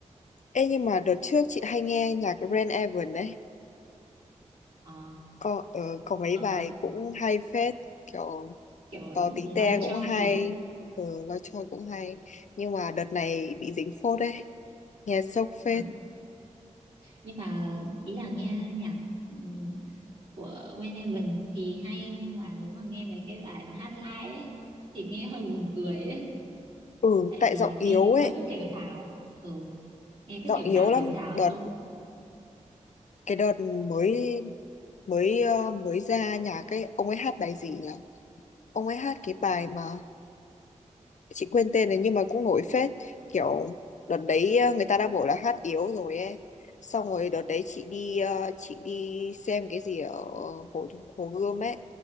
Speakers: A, on the left; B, on the right.
A: Ê nhưng mà đợt trước chị hay nghe nhạc Ren Evan đấy
B: ờ
A: có ờ, có mấy
B: ờ
A: bài cũng hay phết kiểu
B: kiểu
A: tò tí te
B: nói choi
A: cũng hay
B: ấy.
A: ờ, nói chơi cũng hay nhưng mà đợt này bị dính phốt đấy nghe sốc phết
B: Ờ, nhưng mà ý là nghe nhạc ừm, của Wayne Evan thì hay nhưng mà nếu mà nghe mấy cái bài mà hát live ấy thì nghe hơi buồn cười ấy
A: ừ
B: tại
A: tại
B: vì
A: giọng
B: nghe
A: yếu
B: nó
A: ấy
B: cứ thều thào ừ nghe cứ
A: giọng
B: thều
A: yếu
B: thào
A: lắm
B: thều thào
A: đợt
B: xong
A: cái đợt mới mới ờ, mới ra nhạc ấy ông ấy hát bài gì nhỉ ông ấy hát cái bài mà chị quên tên này nhưng mà cũng nổi phết kiểu đợt đấy ờ, người ta đã bảo là hát yếu rồi ấy xong rồi đợt đấy chị đi ờ, chị đi xem cái gì ở hồ hồ Gươm ấy